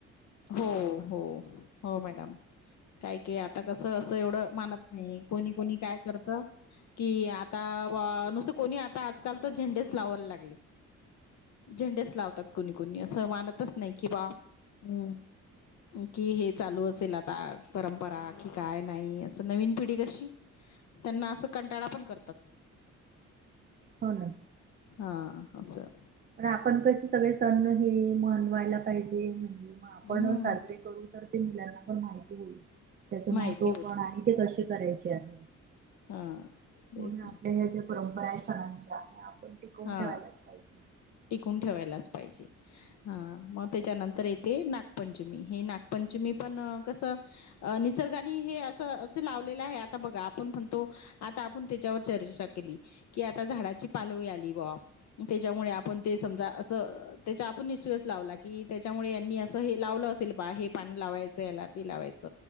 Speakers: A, on the left; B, on the right.
A: हो, हो, हो, मॅडम. काय कय आता कसं असं एवढं मानत नाही कोणी कोणी काय करत कि आता- नुसत कोणी आता आजकाल तर झेंडेच लावायला लागले. झेंडेस लावतात कोणी, कोणी असं मानतच नाही कि बा हम्. - कि हे चालू असेल आता परंपरा कि काय नाही असं नवीन पिढी कशी- त्यांना असं कंटाळा पण करतात.
B: हो ना.
A: हा सर.
B: पण आपण कसे सगळे सण हे म्हनवायला पाहिजे? <unintelligible> मग आपण
A: हं.
B: साजरे करू तर ते मुलांना पण माहिती होईल. त्याच महत्व
A: माहिती
B: पण आहे ते कसे करायचे आहे?
A: हा तेच
B: म्हणून आपल्या
A: ना
B: ह्या ज्या परंपरा आहे सणांच्या हे आपण टिकवून
A: हां,
B: ठेवायलाच पाहिजे
A: टिकून ठेवायलाच पाहिजे हा मग त्याच्यानंतर येते नागपंचमी हे नागपं म्हणजे मी पण कस निसर्गाने हे असं अस लावलेलं आहे आता बघा आपण म्हणतो आता आपण त्याच्यावर चर्चा केली की आता झाडाची पालवई आली त्याच्यामुळे आपण समजा अस त्या आपण निश्चय लावला क त्याच्यामुळे लावलं असेल हे पान लावायच याला ते लायच